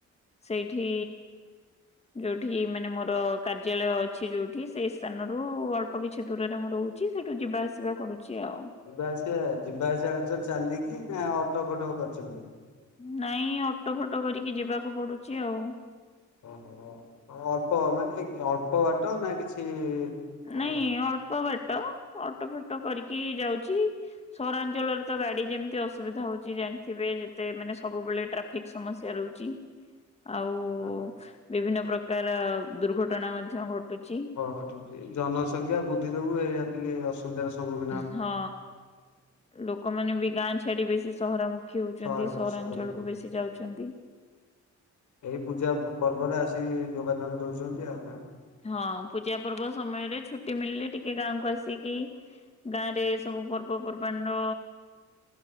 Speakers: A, on the left (about 20°); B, on the left (about 75°).
A: ସେଇଠି ଯୋଉଠି ମାନେ ମୋର କାର୍ଯ୍ୟାଳୟ ଅଛି ଯୋଉଠି ସେଇ ସ୍ଥାନରୁ ଅଳ୍ପ କିଛି ଦୂରରେ ମୁଁ ରହୁ ଅଛି ସେଇଠୁ ଯିବା ଆସିବା କରୁଛି ଆଉ।
B: ଯିବା ଆସିବା ଯିବା ଆସିବା କରିଚ ଚାଲିକି ନା ଅଟୋ ଫୋଟୋ କରିଚନ୍ତି?
A: ନାଇଁ ଅଟୋ ଫଟୋ କରିକି ଯିବାକୁ ପଡୁଛି ଆଉ
B: ଓହୋ ଅଳ୍ପ ମାନେ ଅଳ୍ପ ବାଟ ନା କିଛି ଅ
A: ନାଇଁ ଅଳ୍ପ ବାଟ ଅଟୋ ଫାଟୋ କରିକି ଯାଉଛି। ସହରାଞ୍ଚଳରେ ତ ଗାଡି ଯେମିତି ଅସୁବିଧା ହଉଛି ଜାଣିଥିବେ ଯେତେ ମାନେ ସବୁବେଳେ ଟ୍ରାଫିକ୍ ସମସ୍ୟା ରହୁଛି ଆଉ
B: ହେବା
A: ବିଭିନ୍ନ ପ୍ରକାର ଦୁର୍ଘଟଣା ମଧ୍ୟ ଘଟୁଚି।
B: ହଁ ହଁ ଠିକ ଠିକ ଜନସଂଖ୍ୟା ବୃଦ୍ଧି ଯୋଗୁ ଏଇଆ ଟିକେ ଅସ ପୁଜାର ସବୁ
A: ହଁ ଲୋକମାନେ ବି ଗାଁ ଛାଡି ବେଶୀ ସହରା ମୁୁଖ ଖିଉଛନ୍ତି
B: ସହର
A: ସହରାଞ୍ଚଳକୁୁ
B: ସହର ଭିତରକୁ।
A: ବେଶି ଯାଉଛନ୍ତି।
B: ଏଇ ପୂଜା ପ ପର୍ବରେ ଆସିକି ଯୋଗଦାନ ଦଉଛନ୍ତି ଆଉ ନା।
A: ହଁ ପୂଜା ପର୍ବ ସମୟରେ ଛୁଟି ମିଳିଲେ ଟିକେ ଗାଁକୁ ଆସିକି ଗାଁ ରେ ସବୁ ପର ପର୍ବପର୍ବାଣିର